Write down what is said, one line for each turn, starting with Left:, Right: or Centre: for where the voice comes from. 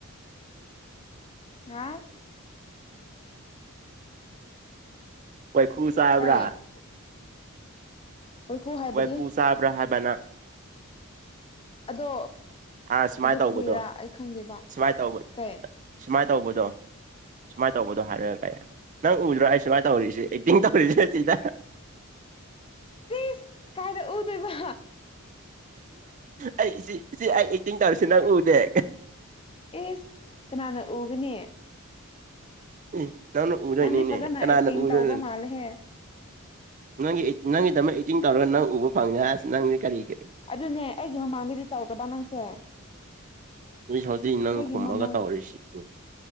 Left: ꯍꯥ
Right: ꯋꯥꯢꯈꯨ ꯆꯥꯕ꯭ꯔꯥ
Left: ꯀꯩ ꯑꯣꯏꯈꯨ ꯍꯥꯏꯕꯗꯤ
Right: ꯋꯥꯢꯈꯨ ꯆꯥꯕ꯭ꯔꯥ ꯍꯥꯢꯕ ꯅꯪ
Left: ꯑꯗꯣ
Right: ꯑꯥ ꯁꯨꯃꯥꯏꯅ
Left: ꯑꯗꯨ
Right: ꯇꯧꯕꯗꯣ
Left: ꯀ꯭ꯔꯤꯔꯥ ꯑꯩ ꯈꯪꯗꯦꯕ
Right: ꯁꯨꯃꯥꯏꯅ ꯇꯧꯕ
Left: ꯀꯩ
Right: ꯁꯨꯃꯥꯏꯅ ꯇꯧꯕꯗꯣ ꯁꯨꯃꯥꯏꯅ ꯇꯧꯕꯗꯣ ꯍꯥꯏꯔꯒ ꯀꯩ ꯅꯪ ꯎꯗ꯭ꯔꯣ ꯑꯩ ꯁꯨꯃꯥꯏꯅ ꯇꯧꯔꯤꯁꯦ ꯑꯦꯛꯇꯤꯡ ꯇꯧꯔꯤꯁꯦ ꯅꯠꯇꯦꯗ
Left: ꯢꯁ ꯀꯥꯏꯗ ꯎꯗꯣꯏ ꯕ
Right: ꯑꯩ ꯁꯤ ꯁꯤ ꯑꯩ ꯑꯦꯛꯇꯤꯡ ꯇꯧꯔꯤꯁꯤ ꯅꯪ ꯎꯗꯦ
Left: ꯢꯁ ꯀꯅꯥꯅ ꯎꯒꯅꯤ
Right: ꯎꯝ ꯅꯪꯅ ꯎꯗꯣꯏꯅꯤꯅꯦ
Left: ꯅꯪꯗꯤ ꯐꯖꯅ
Right: ꯀꯅꯥꯅ
Left: ꯑꯦꯛꯇꯤꯡ
Right: ꯎꯗꯣꯏꯅꯣ
Left: ꯇꯧꯕ ꯃꯥꯜꯂꯦꯍꯦ
Right: ꯅꯪꯒꯤ ꯅꯪꯒꯤꯗꯃꯛ ꯑꯦꯇꯤꯡ ꯇꯧꯔꯒ ꯅꯪ ꯎꯕ ꯐꯪꯉꯦ ꯍꯥꯏꯔꯤꯁꯤ ꯅꯪꯁꯦ ꯀꯔꯤꯒꯤ
Left: ꯑꯗꯨꯅꯦ ꯑꯩꯒꯤ ꯃꯃꯥꯡꯗꯗꯤ ꯇꯧꯗꯕ ꯅꯪꯁꯦ
Right: ꯅꯣꯏꯁꯥꯎꯗꯤ ꯅꯪ
Left: ꯑꯩꯒꯤ
Right: ꯈꯨꯝꯃꯒ
Left: ꯃꯃꯥꯡ
Right: ꯇꯧꯔꯤꯁꯤ ꯅꯤ